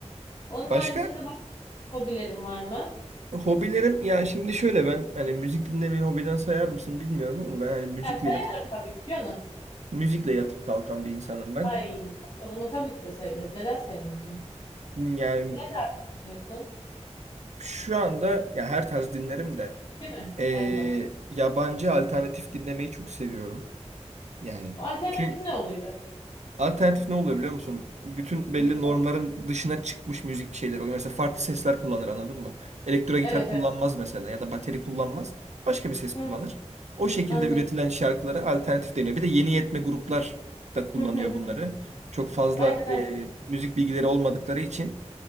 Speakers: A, on the left (about 45°); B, on the right (about 75°).
A: Onun
B: Başka
A: haricinde başka hobilerim var mı?
B: hobilerim ya şimdi şöyle ben hani müzik dinlemeyi hobiden sayar mısın bilmiyorum ama ben hani müzikle
A: Ya sayarım
B: yatıp
A: tabii ki canım.
B: müzikle yatıp kalkan bir insanım ben.
A: Ay o zaman tabii ki de sayılır. Neden sayılmasın?
B: Hmm, Yani
A: Ne tarz dinliyorsun?
B: Şu anda ya her tarz dinlerim de
A: Değil mi?
B: eee,
A: Ben de.
B: yabancı alternatif dinlemeyi çok seviyorum. Yani
A: Bu alternatif
B: çünkü
A: ne oluyor?
B: alternatif ne oluyor biliyor musun? Bütün belli
A: Duydum
B: normların
A: ama.
B: dışına çıkmış müzik şeyleri oluyor. Mesela farklı sesler kullanır anladın mı? Elektro gitar
A: Evet
B: kullanmaz
A: evet.
B: mesela ya da bateri kullanmaz. Başka bir ses
A: Hı,
B: kullanır. O şekilde
A: anladım.
B: üretilen şarkılara alternatif deniyor. Bir de yeni yetme gruplar da kullanıyor
A: Hı, hı, hı.
B: bunları. Çok fazla
A: Aynen
B: eee,
A: aynen.
B: müzik bilgileri olmadıkları için.